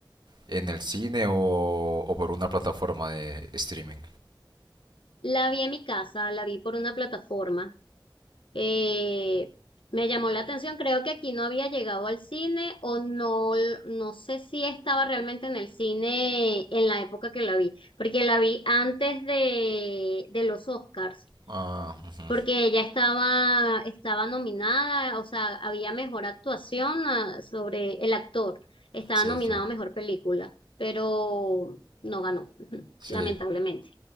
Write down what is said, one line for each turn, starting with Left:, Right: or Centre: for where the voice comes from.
Right: en el cine o, o por una plataforma de streaming?
Left: La vi en mi casa, la vi por una plataforma. eh, me llamó la atención, creo que aquí no había llegado al cine o no, no sé si estaba realmente en el cine en la época que la vi, porque la vi antes de, de los Oscars,
Right: Ah, ujú.
Left: porque ella estaba, estaba nominada, o sea, había mejor actuación ah, sobre el actor, estaba
Right: Sí,
Left: nominado
Right: sí,
Left: a mejor película, pero no ganó, <laughs>
Right: sí.
Left: lamentablemente.